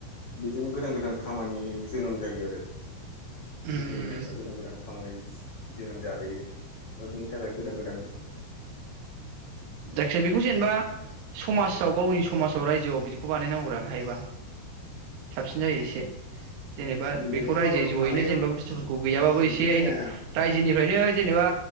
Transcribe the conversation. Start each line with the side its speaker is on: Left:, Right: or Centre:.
Left: बेजोंनो गोदान गोदान खामानि जोनोम जायो आरो।
Right: उम
Left: बिगियानगिरिफोरा
Right: उम
Left: गोदान गोदान खामानि गोनां जाहैयो दा बेनि थाखाय गोदान गोदान।
Right: जायखिजाया बेखौ जेनेबा समाजाव गावनि समाजाव रायजोआव बिदि खौ बानायनांगौ हायोबा। साबसिन जायो एसे जेनेबा
Left: बेखौथ'
Right: बेखौ रायजो
Left: माने
Right: जयैनो जेनेबा बुस्थुफोरखौ गैयाबाबो
Left: बिदि
Right: एसे
Left: जाया
Right: रायजोनिफ्रायनो जेनेबा